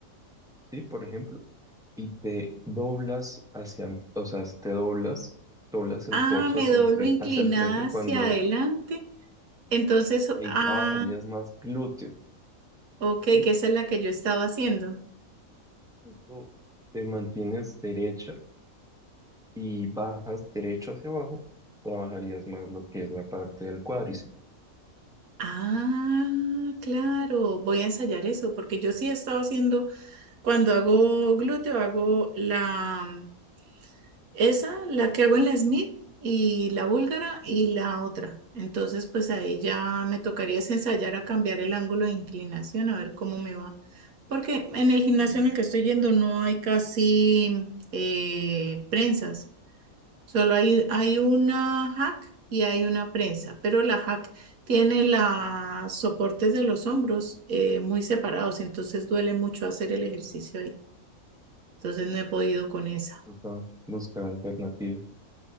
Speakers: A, in the centre; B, on the right (about 80°).
A: ¿sí? Por ejemplo, y te doblas hacia, enf- o sea, te doblas, doblas el
B: Ah,
A: torso
B: me
A: hacia,
B: doblo
A: enfre-
B: inclinada
A: hacia el frente
B: hacia
A: cuando
B: adelante. Entonces,
A: ahí
B: ah,
A: trabajarías más glúteos,
B: ok,
A: ¿sí?
B: que esa es la que yo estaba haciendo.
A: Si tú te mantienes derecha y bajas derecho hacia abajo, trabajarías más lo que es la parte del cuádriceps.
B: Ah, claro, voy a ensayar eso, porque yo sí he estado haciendo, cuando hago glúteo, hago la, esa, la que hago en la Smith y la búlgara y la otra. Entonces, pues ahí ya me tocaría es ensayar a cambiar el ángulo de inclinación, a ver cómo me va. Porque en el gimnasio
A: Sí.
B: en el que estoy yendo no hay casi eh, prensas. Solo hay, hay una hack y hay una prensa, pero la hack tiene los soportes de los hombros eh, muy separados, entonces duele mucho hacer el ejercicio ahí. Entonces
A: Ah,
B: no he podido con esa.
A: Toca buscar alternativas.